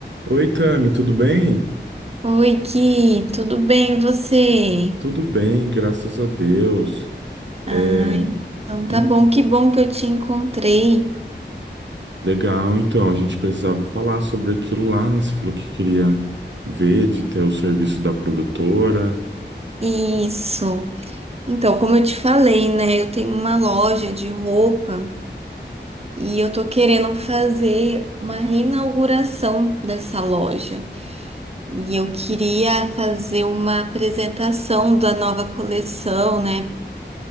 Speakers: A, on the right; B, on the right.
A: Oi, Tami, tudo bem?
B: Oi, Ki, tudo bem e você?
A: Tudo bem, graças a Deus.
B: Ai,
A: É,
B: então tá
A: em-
B: bom, que bom que eu te encontrei.
A: legal, então, a gente precisava falar sobre aquilo lá, né? Você falou que queria ver de ter o serviço da produtora.
B: Isso. Então, como eu te falei, né, eu tenho uma loja de roupa e eu tô querendo fazer uma reinauguração dessa loja. E eu queria fazer uma apresentação da nova coleção, né,